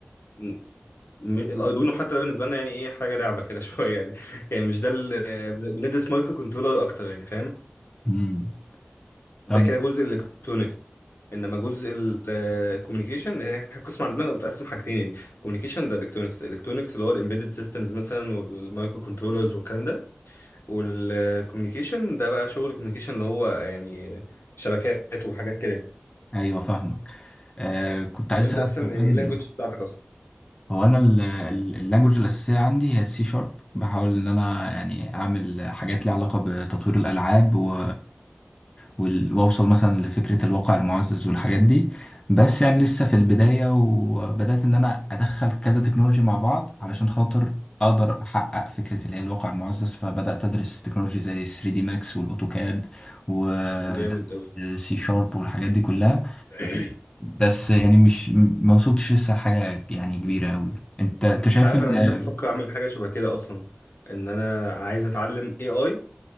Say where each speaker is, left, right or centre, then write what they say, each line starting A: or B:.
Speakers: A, on the left; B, on the left.
A: م- م- الاردوينو حتى ده بالنسبه لنا يعني ايه حاجه لعبه كده <laughs> شويه يعني يعني مش ده ال- آه، بندرس مايكرو كنترولر اكتر يعني فاهم
B: امم
A: ده
B: طب
A: كده جزء الالكترونكس انما جزء الكوميونيكيشن هي القسم عندنا متقسم حاجتين كوميونيكيشن ده الكترونكس الكترونكس اللي هو الامبيدد سيستمز مثلا والمايكرو كنترولرز والكلام ده والكوميونيكيشن ده بقى شغل الكوميونيكيشن اللي هو يعني شبكات وحاجات كده يعني.
B: ايوه فاهمك آه كنت عايز
A: طب انت
B: اسالك
A: اصلا
B: كمان
A: يعني ايه اللانجوج بتاعتك اصلا
B: هو انا اللانجوج الاساسيه عندي هي السي شارب بحاول ان انا يعني اعمل حاجات ليها علاقه بتطوير الالعاب و وال- واوصل مثلا لفكره الواقع المعزز والحاجات دي بس يعني لسه في البدايه وبدات ان انا ادخل كذا تكنولوجي مع بعض علشان خاطر اقدر احقق فكره اللي هي الواقع المعزز فبدات ادرس تكنولوجي زي 3 دي ماكس والاوتوكاد ودرست
A: جامد قوي
B: سي شارب والحاجات دي كلها
A: <clears throat>
B: بس يعني مش ما وصلتش لسه لحاجة يعني كبيرة قوي انت انت شايف
A: انت عارف
B: ان
A: انا اصلا بفكر اعمل حاجه شبه كده اصلا ان انا عايز اتعلم اي اي